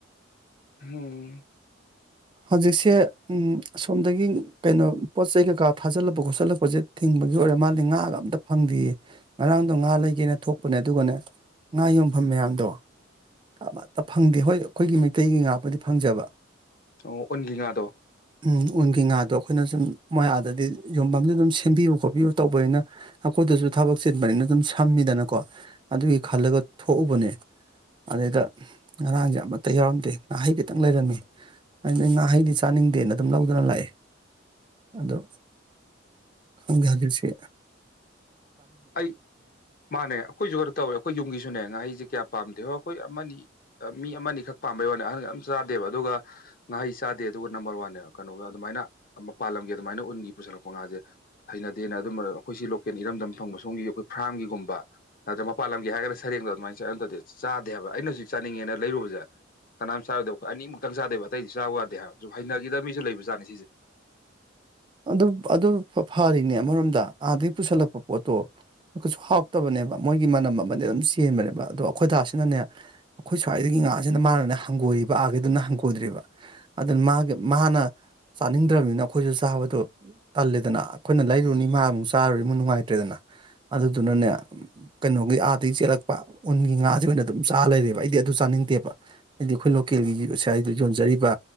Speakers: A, on the left (about 45°); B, on the right (about 25°).
A: ꯍꯝ
B: ꯍꯧꯖꯤꯛꯁꯦ ꯎꯝ ꯑꯁꯣꯝꯗꯒꯤ ꯀꯩꯅꯣ ꯄꯣꯠ ꯆꯩ ꯀꯩꯀꯥ ꯊꯥꯖꯤꯜꯂꯛꯄ ꯈꯣꯠꯆꯜꯂꯛꯄꯁꯦ ꯊꯤꯡꯕꯒꯤ ꯑꯣꯏꯔ ꯃꯥꯜꯂꯤ ꯉꯥꯒ ꯑꯝꯇ ꯐꯪꯗꯦꯌꯦ ꯉꯔꯥꯡꯗꯣ ꯉꯥ ꯂꯩꯒꯦꯅ ꯊꯣꯛꯄꯅꯦ ꯑꯗꯨꯒꯅꯦ ꯉꯥ ꯌꯣꯟꯐꯝ ꯃꯌꯥꯝꯗꯣ ꯑꯃꯠꯇ ꯐꯪꯗꯦ ꯍꯣꯏ ꯑꯩꯈꯣꯏꯒꯤ ꯃꯩꯇꯩꯒꯤ ꯉꯥꯕꯨꯗꯤ ꯐꯪꯖꯕ
A: ꯑꯣꯟꯒꯤ ꯉꯥꯗꯣ
B: ꯎꯝ ꯎꯟꯒꯤ ꯉꯥꯗꯣ ꯑꯩꯈꯣꯏꯅ ꯁꯨꯝ ꯃꯌꯥ ꯑꯗꯗꯤ ꯌꯣꯟꯐꯝꯗ ꯑꯗꯨꯝ ꯁꯦꯝꯕꯤꯌꯨ ꯈꯣꯠꯄꯤꯌꯨ ꯇꯧꯕꯅꯤꯅ ꯑꯩꯈꯣꯏꯗꯁꯨ ꯊꯕꯛ ꯆꯤꯟꯕꯅꯤꯅ ꯑꯗꯨꯝ ꯁꯝꯃꯤꯗꯅꯀꯣ ꯑꯗꯨꯒꯤ ꯈꯜꯂꯒ ꯊꯣꯛꯎꯕꯅꯦ ꯑꯗꯨꯗ ꯉꯔꯥꯡꯁꯦ ꯑꯃꯠꯇ ꯌꯥꯎꯔꯝꯗꯦ ꯉꯥꯍꯩ ꯈꯤꯇꯪ ꯂꯩꯔꯝꯃꯤ ꯑꯩꯅ ꯉꯥꯍꯩꯗꯤ ꯆꯥꯅꯤꯡꯗꯦꯅ ꯑꯗꯨꯝ ꯂꯧꯗꯅ ꯂꯥꯛꯑꯦ ꯑꯗꯣ ꯈꯪꯗꯦ ꯍꯧꯖꯤꯛꯁꯤ
A: ꯑꯩ ꯃꯥꯅꯦ ꯑꯩꯈꯣꯏꯁꯨ ꯈꯔ ꯇꯧꯋꯦ ꯑꯩꯈꯣꯏ ꯌꯨꯝꯒꯤꯁꯨꯅꯦ ꯉꯍꯩꯁꯦ ꯀꯌꯥ ꯄꯥꯝꯗꯦ ꯍꯣꯏ ꯑꯩꯈꯣꯏ ꯑꯃꯅꯤ ꯑ ꯃꯤ ꯑꯃꯅꯤ ꯑꯈꯛ ꯄꯥꯝꯕꯩ ꯋꯥꯅꯦ ꯑꯍꯟ ꯑꯝ ꯆꯥꯗꯦꯕ ꯑꯗꯨꯒ ꯉꯥꯍꯩ ꯆꯥꯗꯦ ꯑꯗꯨꯒ ꯅꯝꯕꯔ ꯋꯥꯟꯅꯦꯕ ꯀꯩꯅꯣꯒ ꯑꯗꯨꯃꯥꯏꯅ ꯑꯃ ꯄꯥꯜꯂꯝꯒꯦ ꯑꯗꯨꯃꯥꯏꯅ ꯎꯟꯒꯤ ꯄꯨꯁꯜꯂꯛꯄ ꯉꯥꯁꯦ ꯍꯩꯅꯗꯦꯅ ꯑꯗꯨꯝ ꯑꯩꯈꯣꯏ ꯁꯤ ꯂꯣꯀꯦꯜ ꯏꯔꯝꯗꯝ ꯐꯪꯕ ꯁꯣꯝꯒꯤ ꯑꯩꯈꯣꯏ ꯐꯥꯝꯒꯤꯒꯨꯝꯕ ꯅꯠꯇ꯭ꯔꯒ ꯃꯄꯥꯟ ꯂꯝꯒꯤ ꯍꯥꯏꯔꯒꯅ ꯁꯔꯦꯡꯗꯣ ꯑꯗꯨꯃꯥꯏꯅ ꯆꯥꯏ ꯗꯨ ꯅꯥꯠꯇꯔꯥꯗꯤ ꯆꯥꯗꯦ ꯍꯥꯏꯕ ꯑꯩꯅ ꯍꯧꯖꯤꯛ ꯆꯥꯅꯤꯡꯉꯦꯅ ꯂꯩꯔꯨꯕꯁꯦ ꯀꯅꯥꯝ ꯆꯥꯔꯣꯏꯗꯩꯩ ꯑꯩꯈꯣꯏ ꯑꯅꯤꯃꯨꯛꯇꯪ ꯆꯥꯗꯦꯕ ꯑꯇꯩꯗꯤ ꯆꯥꯕ ꯌꯥꯗꯦ ꯍꯥꯏꯕ ꯁꯨꯝ ꯍꯩꯅꯈꯤꯗ ꯃꯤꯁꯨ ꯂꯩꯕ ꯆꯥꯅꯤ ꯁꯤꯁꯦ
B: ꯑꯗꯨ ꯑꯗꯨ ꯐꯔꯤꯅꯦ ꯑꯃꯔꯣꯝꯗ ꯑꯥꯗꯒꯤ ꯄꯨꯁꯜꯂꯛꯄ ꯄꯣꯠꯇꯣ ꯀꯩꯁꯨ ꯍꯥꯎꯇꯕꯅꯦꯕ ꯃꯣꯏꯒꯤ ꯃꯅꯝ ꯑꯃꯗꯤ ꯑꯗꯨꯝ ꯆꯦꯟꯕꯅꯦꯕ ꯑꯗꯣ ꯑꯩꯈꯣꯏ ꯗꯥꯁꯤꯅꯅꯦ ꯑꯩꯈꯣꯏ ꯁ꯭ꯋꯥꯏꯗꯒꯤ ꯉꯥꯁꯤꯅ ꯃꯥꯅꯅꯦ ꯍꯪꯒꯣꯏꯔꯤꯕ ꯑꯥꯒꯤꯗꯨꯅ ꯍꯪꯒꯣꯏꯗ꯭ꯔꯤꯕ ꯑꯗꯨꯅ ꯃꯥꯒꯤ ꯃꯥꯅ ꯆꯥꯅꯤꯡꯗ꯭ꯔꯕꯅꯤꯅ ꯑꯩꯈꯣꯏꯁꯨ ꯆꯥꯕ ꯑꯗꯣ ꯇꯜꯂꯦꯗꯅ ꯑꯩꯈꯣꯏꯅ ꯂꯩꯔꯨꯅꯤ ꯃꯥ ꯑꯃꯨꯛ ꯆꯥꯔꯨꯔꯤ ꯑꯃꯨꯛ ꯅꯨꯡꯉꯥꯏꯇ꯭ꯔꯦꯗꯅ ꯑꯗꯨꯗꯨꯅꯅꯦ ꯀꯩꯅꯣꯒꯤ ꯑꯥꯗꯒꯤ ꯆꯦꯜꯂꯛꯄ ꯎꯟꯒꯤ ꯉꯥꯁꯦ ꯑꯣꯏꯅ ꯑꯗꯨꯝ ꯆꯥ ꯂꯩꯔꯦꯕ ꯑꯩꯗꯤ ꯑꯗꯨ ꯆꯥꯅꯤꯡꯗꯦꯕ ꯍꯥꯏꯗꯤ ꯑꯩꯈꯣꯏ ꯂꯣꯀꯦꯜꯒꯤ ꯑꯁꯥꯏꯗ ꯌꯣꯟꯖꯔꯤꯕ